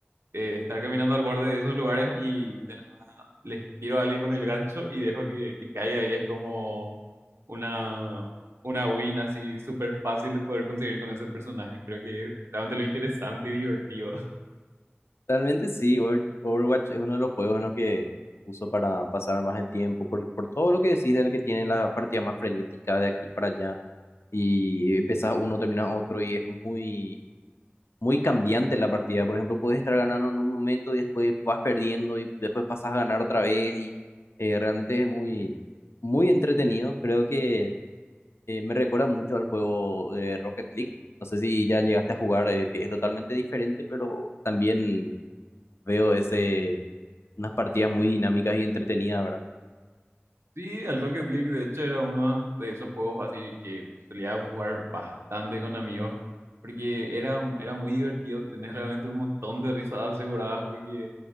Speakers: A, on the right; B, on the left.
A: eh, estar caminando al borde de esos lugares y de la- les tiro a alguien con el gancho y dejo que, que caiga y es como una... Una win así súper fácil de poder conseguir con ese personaje. Creo que es realmente lo interesante y divertido.
B: Realmente sí, Over- Overwatch es uno de los juegos en los que uso para pasar más el tiempo, por, por todo lo que decís de lo que tiene la partida más frenética de aquí para allá, y empezás uno, terminas otro, y es muy, muy cambiante la partida. Por ejemplo, puedes estar ganando en un momento y después vas perdiendo y después pasas a ganar otra vez, y eh, realmente es muy, muy entretenido. Creo que eh, me recuerda mucho al juego de Rocket League. No sé si ya llegaste a jugar, eh, que es totalmente diferente, pero también veo ese unas partidas muy dinámicas y entretenidas, ¿verdad?
A: Sí, el Rocket League de hecho era uno de esos juegos así que solía jugar bastante con amigos, porque era, era muy divertido, tenés realmente un montón de risas aseguradas, porque